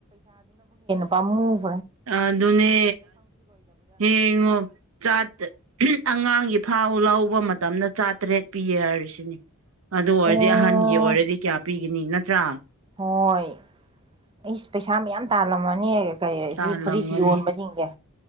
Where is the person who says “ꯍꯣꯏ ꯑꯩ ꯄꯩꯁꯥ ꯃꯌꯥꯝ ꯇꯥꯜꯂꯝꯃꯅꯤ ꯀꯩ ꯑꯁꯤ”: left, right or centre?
Right